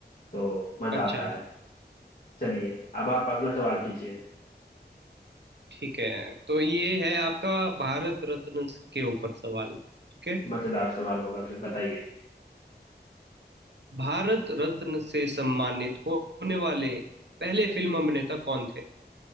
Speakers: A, on the left; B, on the right.
A: तो मजा
B: अच्छा
A: आता है चलिए अब आप अगला सवाल कीजिए
B: ठीक है तो ये है आपका भारत रत्न के ऊपर सवाल ठीक है
A: मजेदार सवाल होगा फिर बताइए
B: भारत रत्न से सम्मानित होने वाले पहले फिल्म अभिनेता कौन थे